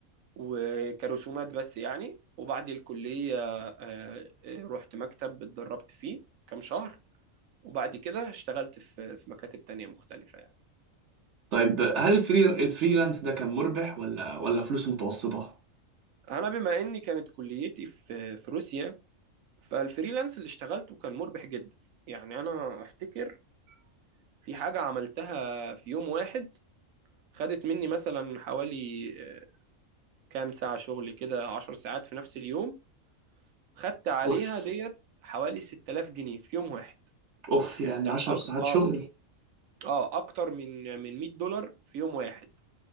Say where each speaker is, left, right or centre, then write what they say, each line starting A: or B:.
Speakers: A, on the right; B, on the right.
A: وكرسومات بس يعني وبعد الكليه آه، آه، رحت مكتب اتدربت فيه كام شهر وبعد كده اشتغلت في في مكاتب تانية مختلفة يعني
B: طيب هل الفري الفريلانس ده كان مربح ولا ولا فلوس متوسطة
A: أنا بما إني كانت كليتي في في روسيا فالفريلانس اللي اشتغلته كان مربح جدا يعني أنا أفتكر في حاجة عملتها في يوم واحد خدت مني مثلا حوالي آه، كام ساعة شغل كده عشر ساعات في نفس اليوم خدت عليها
B: اوف
A: ديت حوالي 6000 جنيه في يوم واحد
B: اوف يعني
A: يعني انت
B: عشر
A: أك...
B: ساعات
A: اه
B: شغل
A: اه اكتر من من 100 دولار في يوم واحد